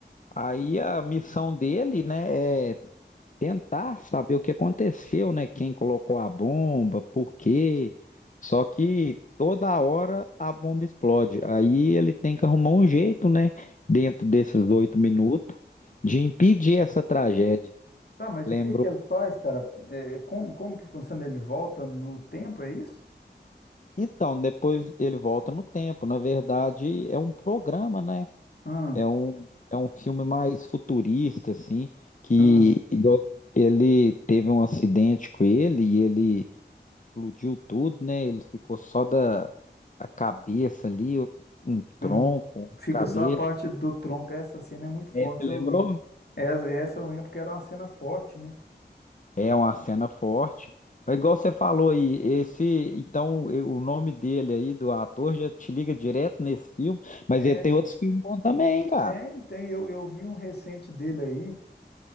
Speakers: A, on the left; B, on the left.
A: Aí a missão dele, né, é tentar saber o que aconteceu, né? Quem colocou a bomba, por quê? Só que toda hora a bomba explode. Aí ele tem que arrumar um jeito, né, dentro desses oito minutos, de impedir essa tragédia.
B: Tá, mas
A: Lembrou
B: o que que ele faz, cara? É, como, como que funciona? Ele volta no tempo, é isso?
A: Então, depois ele volta no tempo. Na verdade, é um programa, né?
B: Ah,
A: É um, é um filme mais futurista, assim, que
B: ah.
A: igual, ele teve um acidente com ele e ele explodiu tudo, né? Ele ficou só da a cabeça ali, um tronco,
B: Hum. Fica
A: cabeça.
B: só a parte do tronco. Essa cena é muito forte,
A: É, você lembrou?
B: eu lembro. Essa, essa eu lembro que era uma cena forte, né?
A: É uma cena forte. Mas igual você falou aí, esse, então e- o nome dele aí do ator já te liga direto nesse filme, mas
B: É,
A: ele tem
B: cara.
A: outros filmes bons também, cara.
B: Tem, tem. Eu, eu vi um recente dele aí,